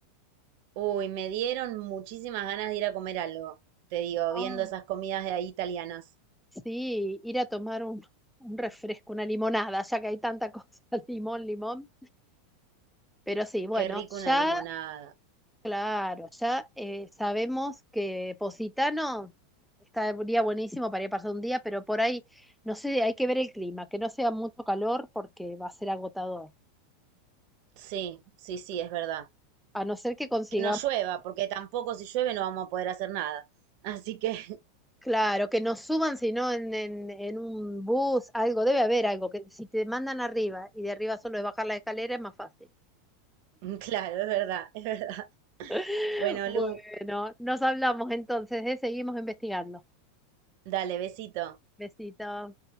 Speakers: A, on the right (about 55°); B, in the centre.
A: Uy, me dieron muchísimas ganas de ir a comer algo. Te digo,
B: Ah,
A: viendo esas comidas de ahí italianas.
B: sí, ir a tomar un, un refresco, una limonada, ya que hay tanta cosa, <laughs> limón, limón. Pero sí, bueno,
A: Qué rico una
B: ya,
A: limonada.
B: claro, ya eh, sabemos que Positano estaría buenísimo para ir a pasar un día, pero por ahí, no sé, hay que ver el clima, que no sea mucho calor porque va a ser agotador.
A: Sí, sí, sí, es verdad.
B: A no ser que consigamos
A: Que no llueva, porque tampoco si llueve no vamos a poder hacer nada. Así que
B: Claro, que no suban, sino en, en, en un bus, algo, debe haber algo, que si te mandan arriba y de arriba solo es bajar la escalera es más fácil.
A: <laughs> Claro, es verdad, es verdad.
B: <laughs>
A: Bueno,
B: Bueno,
A: Lu,
B: nos hablamos entonces, ¿eh? seguimos investigando.
A: dale, besito.
B: Besitos.